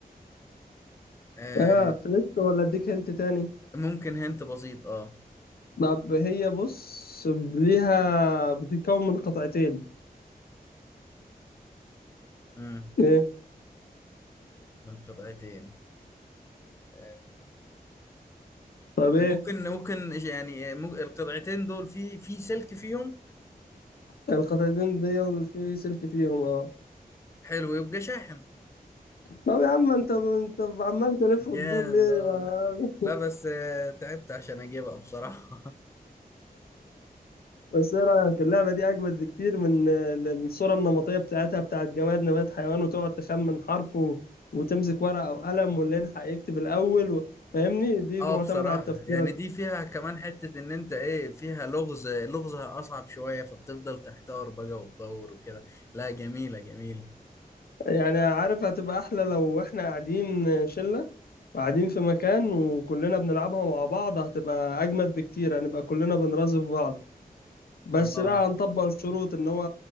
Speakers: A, on the left (about 20°); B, on the left (about 75°).
A: آه
B: اه فلست ولا اديك انت تاني
A: ممكن هنت بسيط اه
B: طب هي بص ليها بتتكون من قطعتين
A: مم.
B: ايه
A: من قطعتين آه
B: طب ايه
A: ممكن ممكن يعني مم- القطعتين دول في في سلك فيهم
B: القطعتين دي في سلك فيهم اه
A: حلو يبقى شاحن
B: طب يا عم انت انت عمال تلف
A: جامد
B: وتدور ليه
A: آه.
B: ما-
A: لا بس آه تعبت عشان اجيبها بصراحة
B: بس ايه رايك اللعبه دي اجمد بكتير من ال- الصوره النمطيه بتاعتها بتاعت جماد نبات حيوان وتقعد تخمن حرف و... وتمسك ورقه او قلم واللي يلحق يكتب الاول و... فاهمني دي
A: اه
B: معتمده
A: بصراحة
B: على التفكير
A: يعني دي فيها كمان حتة ان انت ايه فيها لغز لغزها اصعب شوية فبتفضل تحتار بقى وتدور وكده لا جميلة جميلة
B: يعني عارف هتبقى احلى لو احنا قاعدين شلة وقاعدين في مكان وكلنا بنلعبها مع بعض هتبقى اجمد بكتير هنبقى كلنا بنرازف بعض بس
A: اه
B: بقى هنطبق الشروط ان هو